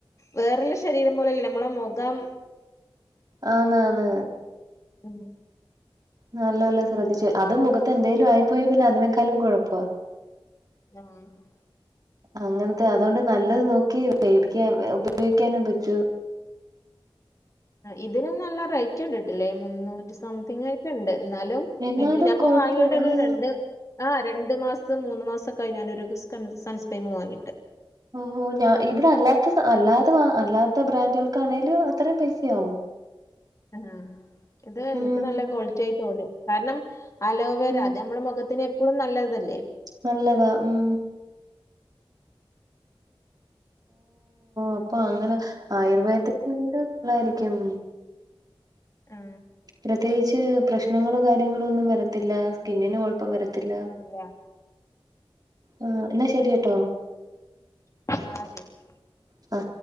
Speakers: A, on the left (about 35°); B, on the right (about 45°).
A: വേറെല്ല ശരീരം പോലല്ലാ നമ്മളെ മുഖം
B: ആന്ന് ആന്ന്
A: ഉം
B: നല്ലൊലേ ശ്രദ്ധിച്ച് അതും മുഖത്ത് എന്തേലും ആയി പോയാ പിന്നെ അതിനേക്കാളും കുഴപ്പാ.
A: <unintelligible>
B: അങ്ങനത്തെ അതുകൊണ്ട് നല്ലത് നോക്കിയെ മേടിക്കാൻ ഉപയോഗിക്കാനും പറ്റൂ.
A: ഇതിനും നല്ല റേറ്റ് കണ്ടിട്ടില്ലേ മുന്നൂറ്റി സംതിങ്. ഇണ്ട് എന്നാലും
B: എന്നാലും
A: എനിക്ക് ഞാനിപ്പോ
B: കൊഴപ്പ
A: വാങ്ങിണ്ട് ഒരു
B: ആഹ്
A: രണ്ട് ആ രണ്ടു മാസം മൂന്ന് മാസക്കായി ഞാൻ ഒരു സൺസ്ക്രീം വാങ്ങിയിട്ട്.
B: ഓഹോ ഇവിടെ അല്ലാത്ത സാ അല്ലാ അല്ലാത്ത ബ്രാൻഡുകൾക്കാണെലും അത്രയും പൈസയാവും.
A: ആ, ഇത്, എനിക്ക്,
B: ഉം
A: നല്ല, കോളിറ്റിആയി, തോന്നി, കാരണം. അലോവേരാ,
B: ഉം
A: അത് നമ്മുടെ, മുഖത്തിന് എപ്പോഴും നല്ലതല്ലേ.
B: നല്ലതാ, മം. അപ്പൊ, അങ്ങനെ, ആയുർവേദത്തിലുള്ളതായിരിക്കും.
A: ആ
B: പ്രത്യേകിച്ച് പ്രശ്നങ്ങളും കാര്യങ്ങളും, ഒന്നും വരത്തില്ല സ്കിന്നിന് കുഴപ്പം വരത്തില്ല.
A: ഇല്ല
B: ആ എന്നാ ശരിട്ടോ.
A: ആ, ശരി.
B: ആ